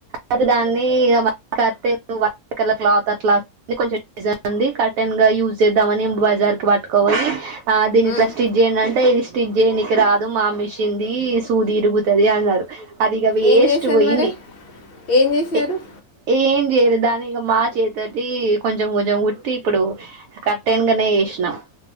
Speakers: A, on the right; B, on the left.
A: మరి దాన్ని ఇ కతే వ కల క్లాత్ అట్లా <inaudible> కొంచెం గలీజ్గా ఉంది కటెన్ గా యూస్ చేద్దామని బజార్ కి పట్టుకపోయి ఆ దీన్ని
B: ఉమ్.
A: <inaudible> ఏందంటే ఇది స్టిచ్ చేయనికి రాదు మా మిషిన్ ది సూది ఇరుగుతాది అన్నారు అదిగా వేస్ట్
B: ఏం చేశారు
A: పోయింది
B: మరి ఏం చేశారు
A: ఏ ఏం చేయలేదు దాని ఇక మా చేత్తోటి కొంచెం కొంచెం కుట్టి ఇప్పుడు కర్టెన్ గాని వేసినామ్